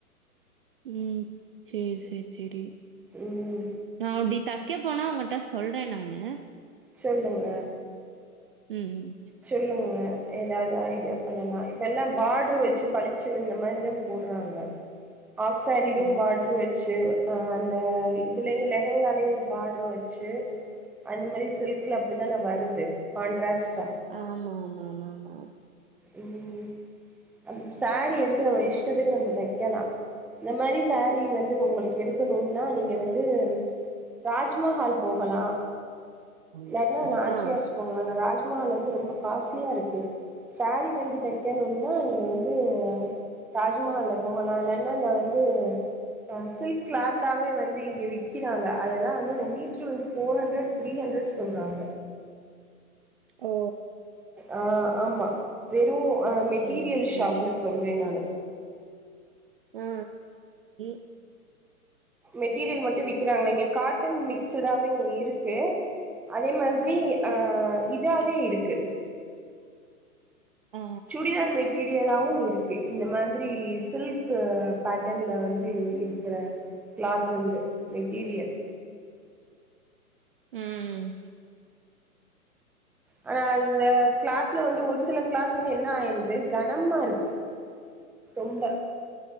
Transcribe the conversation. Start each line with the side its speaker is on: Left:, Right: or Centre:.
Right: ம் சேரி சேரி சேரி
Centre: ம்
Right: நான் அப்படி தைக்க போனா உங்கிட்ட சொல்றேன் நானு
Centre: சொல்லுங்க
Right: ம் உம்
Centre: சொல்லுங்க ஏதாவது ஆய் யா பண்ணலாம் இப்ப எல்லா பாடர் வச்சு பளிச்சன்னு இந்த மாதிரிதா போடறாங்க ஆஃப் சாரிலயோ
Right: ஆ.
Centre: பார்டரு வெச்சு இப்பஅந்த இதுலயும் லெஹங்காலயும் பார்ட்ரு வச்சு அந்த மாதிரி சில்க்கல அப்படிதான நான் வருது கான்ட்ராஸ்ட்டா
Right: ஆமா ஆமா ஆமா ஆமா
Centre: உம் சாரி எடுத்து நம்ம இஷ்டத்துக்கு நம்ம தெக்கலாம் இந்த மாதிரி சாரீ வந்து உங்களுக்கு எடுக்கணும்னா நீங்க வந்து ராஜ்மஹால் போகலாம்
Right: ஆமா
Centre: லக்னா நாச்சியார்ஸ்
Right: ஆ
Centre: போகலா நா ராஜ் துமல வந்து ரொம்ப காஸ்ட்லியா இருக்கு சாரீ வங்கி தைக்கணுன்னா நீ இது வந்து ராஜ்மஹால்ல போகலா இல்லானா அந்த வந்து அஹ் சில்க் கிளாத்தாவே வந்து இங்க விக்கிறாங்க அதெல்லா வந்து அந்த மீட்ரு வந்து ஃபோர் ஹண்டரட் த்ரீ ஹண்டரட் சொல்றாங்க
Right: ஓ
Centre: ஆ ஆமா வெறு அஹ மெட்டீரியல்
Right: சேரி சேரி
Centre: ஷாப்ல சொல்ற நானு.
Right: ஆ <inaudible>
Centre: மெட்டீரியல் மட்டு விக்கிறாங்கள இங்க காட்டன் மிக்ஸடாவேயிருக்கு அதே மாதிரி அஹ இதாவேயிருக்கு.
Right: ஆ
Centre: சூடிதார் மெட். மெட்டீரியலாவு இருக்கு இந்த மாதிரி சில்க் பேட்டன்ல வந்து இருக்குற கிளாத் வந்து மெட்டீரியல்.
Right: உம்.
Centre: ஆனா அந்த கிளாத்ல வந்து ஒரு சில கிளாத் வந்து என்ன ஆயிடுது கனமாருக்கு ரொம்ப.